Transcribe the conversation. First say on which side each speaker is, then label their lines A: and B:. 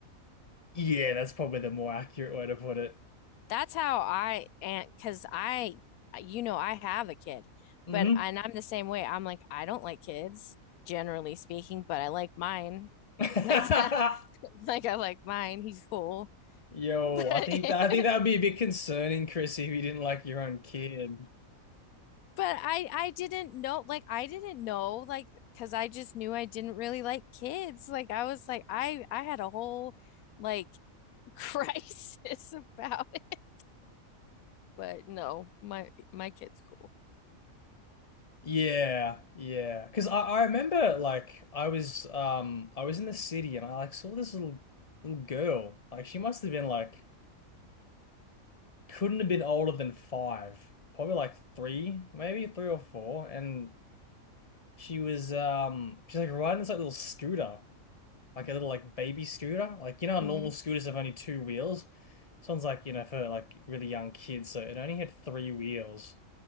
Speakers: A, on the left; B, on the left.
A: Yeah, that's probably the more accurate way to put it.
B: That's how I and because I you know I have a kid,
A: hmm
B: but and I'm the same way. I'm like I don't like kids generally speaking, but I like mine
A: <laughs>
B: like that. <laughs> Like I like mine. He's cool, <laughs>
A: Yo,
B: but.
A: I think that I think that would be a bit concerning, Chris, if you didn't like your own kid.
B: But I I didn't know like I didn't know like because I just knew I didn't really like kids. Like I was like I I had a whole like <laughs> crisis about it. But no, my my kid's cool.
A: Yeah, yeah. Because I, I remember like I was um I was in the city and I like saw this little little girl. Like she must have been like couldn't have been older than five, probably like three, maybe three or four. And She was um she's like riding this like little scooter, like a little like baby scooter. Like you know how normal
B: hmm
A: scooters have only two wheels? This one's like, you know, for like really young kids, so it only had three wheels.